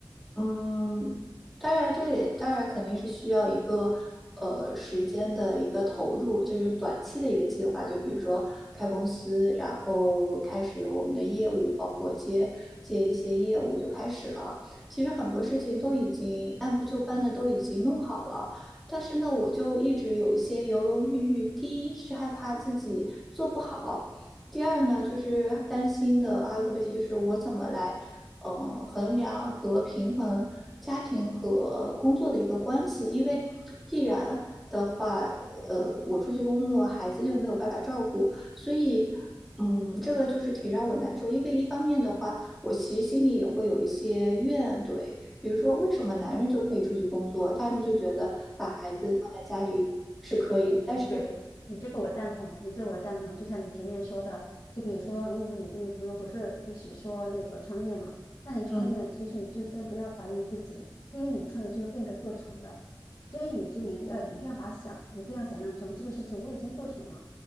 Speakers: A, in the centre; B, on the left.
A: 嗯，当然这也当然肯定是需要一个呃时间的一个投入，就是短期的一个计划，就比如说开公司，然后开始我们的业务，包括接接一些业务就开始了。其实很多事情都已经按部就班的都已经弄好了。但是呢，我就一直有一些犹犹豫豫。第一是害怕自己做不好，第二呢，就是担心的，还有个问题就是我怎么来嗯，呃衡量和平衡家庭和工作的一个关系，因为必然的话，呃，我出去工作，孩子就没有办法照顾，所以，嗯，这个就是挺让我难受。因为一方面的话，我其实心里也会有一些怨怼，比如说为什么男人就可以出去工作，他们就觉得把孩子放在家里，
B: 你你对你这个我赞同，
A: 但是，
B: 你这个我赞同。就像你前面说的，就比如说，如果说你跟你朋友不是就是说那个创业嘛，那你创业呢，
A: 嗯
B: 其实你就先不要怀疑自己，因为你创业就是奔着做成的，所以你就一定要一定要把想一定要想象成这个事情我已经做成了，